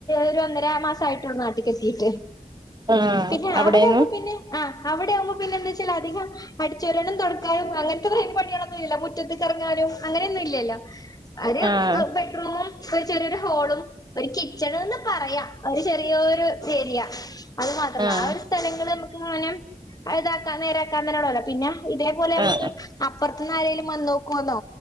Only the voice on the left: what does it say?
ഒരു ഒന്നര മാസ ആയിട്ടുള്ളൂ നാട്ട്ക്ക് എത്തിട്ട്
പിന്നെ
അവിടെയാമ്പ പിന്നെ ആ അവിടെയാവുമ്പോ പിന്നെന്താച്ച അധികം അടിച്ച് വാരാനും തുടക്കാനും അങ്ങനത്തെ പണികളൊന്നും ഇല്ല മുറ്റത്ത്ക്ക് ഇറങ്ങാനും അങ്ങനെയൊന്നും ഇല്ല ഒരു
ബെഡ്‌റൂമും ഒരു ചെറിയൊരു ഹോളും ഒരു കിച്ചണ്ന്ന് പറയാ ഒരു ചെറിയോരു ഏരിയ അത് മാത്രല്ല
ആ ഒരു സ്ഥലങ്ങള് നമുക്ക് ങ്ങനെ ഇതാക്കാ നേരാക്കാൻ തന്നെയ ഉള്ളല്ലോ പിന്നെ ഇതേ പോലെ നമ്മക്ക്
അപ്പുറത്ത്ന്ന് ആരേലും വന്ന് നോക്കോന്നോ